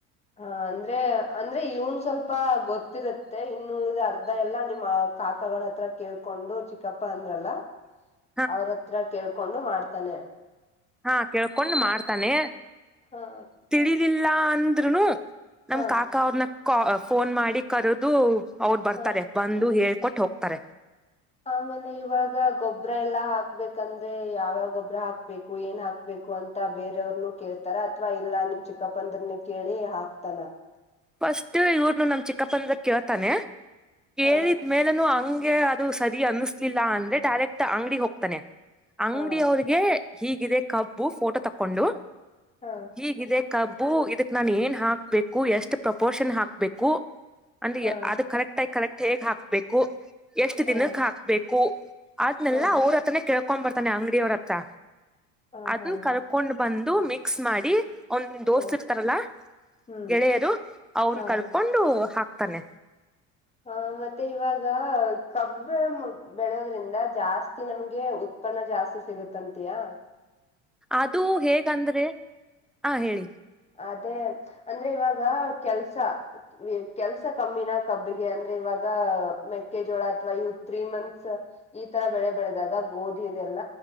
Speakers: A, on the left (about 20°); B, in the centre.
A: ಹಾ ಅಂದ್ರೆ ಅಂದ್ರೆ ಇವನ್ ಸ್ವಲ್ಪ ಗೊತ್ತಿರುತ್ತೆ ಇನ್ನುಡಿದ ಅರ್ಧ ಎಲ್ಲಾ ನಿಮ್ಮ್ ಕಾಕಗಳ ಹತ್ರ ಕೇಳ್ಕೊಂಡು, ಚಿಕ್ಕಪ್ಪ ಅಂದ್ರಲ್ಲ.
B: <inaudible>
A: ಅವ್ರತ್ರ ಕೇಳ್ಕೊಂಡು ಮಾಡ್ತಾನೆ.
B: ಹಾ ಕೇಳ್ಕೊಂಡ್
A: ಮ
B: ಮಾಡ್ತಾನೆ.
A: ಹಾ
B: ತಿಳಿಲಿಲ್ಲಾ ಅಂದ್ರುನು, ನಮ್
A: ಹಾ
B: ಕಾಕಾ ಅವ್ರನ ಕಾ ಫೋನ್ ಮಾಡಿ ಕರೆದು ಅವರು ಬರ್ತಾರೆ.
A: ಹಾ
B: ಬಂದು ಹೇಳ್ಕೊಟ್ಟ ಹೋಗ್ತಾರೆ.
A: ಆಮೇಲೆ ಇವಾಗ ಗೊಬ್ಬ್ರ ಎಲ್ಲಾ ಹಾಕ್ಬೇಕಂದ್ರೆ ಯಾವ್ಯಾವ ಗೊಬ್ಬ್ರ ಹಾಕ್ಬೇಕು ಏನ್ ಹಾಕ್ ಬೇಕು ಅಂತ ಬೇರೆಯವ್ರನು ಕೇಳ್ತಾರ ಅಥವಾ ಇಲ್ಲಾ ನಿಮ್ ಚಿಕ್ಕಪ್ಪ ಅಂದ್ರನ ಕೇಳಿ ಹಾಕ್ತಾನ.
B: ಫಸ್ಟ್ ಇವರುನು ನಮ ಚಿಕ್ಕಪ್ಪನ ಕೇಳ್ತಾನೆ ಕೇಳಿದ್ಮೇಲ
A: ಹಾ
B: ಇಲ್ಲಾನ ಹಂಗೆ ಅದು ಸರಿ ಅನ್ನಿಸಲಿಲ್ಲ ಅಂದ್ರೆ ಡೈರೆಕ್ಟ್ ಅಂಗಡಿಗ ಹೋಗ್ತಾನೆ. ಅಂಗಡಿಯ
A: ಹಾ
B: ಅವ್ರಿಗೆ ಹೀಗಿದೆ ಕಬ್ಬು ಫೋಟೋ ತಕ್ಕೊಂಡು.
A: ಹ.
B: ಹೀಗಿದೆ ಕಬ್ಬು ಇದಕ್ ನಾನ ಏನ್ ಹಾಕ್ಬೇಕು ಎಷ್ಟ್ ಪ್ರಪೋರ್ಷನ್ ಹಾಕ್ಬೇಕು. ಅಂದ್ರೆ
A: ಹಾ
B: ಅದು ಕರೆಕ್ಟ್ ಆಗಿ ಕರೆಕ್ಟ್ ಹೇಗ್ ಹಾಕ್ಬೇಕು. ಎಷ್ಟ್
A: ಹಾ
B: ದಿನಕ್ಕ ಹಾಕ್ಬೇಕು ಅದನೆೆಲ್ಲಾ
A: ಹಾ ಹಾ
B: ಅವ್ರ ಹತ್ರಾನೇ ಕೇ ಕರ್ಕೊಂಡ್ ಬರ್ತಾನೆ ಅಂಗಡಿಯವರತ್ರ
A: ಹಾ
B: ಅದನ್ನ
A: ಹಾ
B: ಕರ್ಕೊಂಡ್ ಬಂದು ಮಿಕ್ಸ್ ಮಾಡಿ. ಅವನ್ ದೋಸ್
A: ಹಾ
B: ಇರ್ತಾರಲ್ಲ
A: ಹ್ಮ್
B: ಗೆಳೆಯರು ಅವ್ರ್ನ
A: ಹಾ
B: ಕರ್ಕೊಂಡು ಹಾಕ್ತಾನೆ.
A: ಹಾ ಮತ್ತೆ ಇವಾಗ ಕಬ್ಬ ಮು ಬೆಳೋದ್ರಿಂದ ಜಾಸ್ತಿ ನಮ್ಗೆ ಉತ್ಪನ್ನ ಜಾಸ್ತಿ ಸಿಗತ್ತಂತಿಯಾ.
B: ಅದು ಹೇಗಂದ್ರೆ ಆ ಹೇಳಿ.
A: ಅದೇ ಅಂದ್ರೆ ಇವಾಗ ಕೆಲ್ಸ. ಕೆಲ್ಸ ಕಮ್ಮಿನ ಕಬ್ಬಿಗೆ ಅಂದ್ರೆ ಇವಾಗ ಮೆಕ್ಕೆಜೋಳ ಅಥವಾ ಇವ ತ್ರೀ ಮಂತ್ಸ್ ಈ ತರ ಬೆಳೆ ಬೆಳೆದಾಗ ಗೋಧಿ ಇದೆಲ್ಲ.